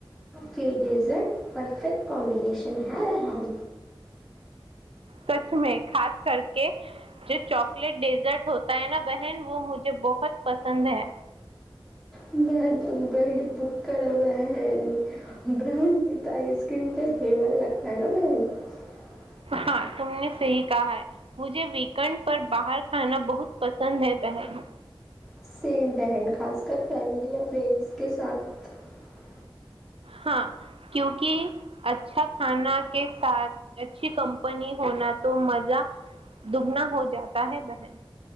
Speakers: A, in the centre; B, on the right.
A: فی ڈیزرٹ پرفیکٹ کامبینیشن ہے رحم
B: سچ میں خاص کر کے جو چاکلیٹ ڈیزرٹ ہوتا ہے نا بہن وہ مجھے بہت پسند ہے
A: میں بی بکڑ ہو گئے ہیں براؤن وتھ آئس کریم تو ہیل لگتا ہے نا میں <unintelligible>
B: ہاں تم نے صحی کہا ہے مجھے ویکینڈ پر باہر کھانا بہت پسند ہے بہن
A: سیم بہن خاص کر فیملی یا فرینڈس کے ساتھ <unintelligible>
B: ہاں کیوںکہ اچھا کھانا کے ساتھ اچھی کمپنی ہونا تو مزہ دگنا ہو جاتا ہے بہن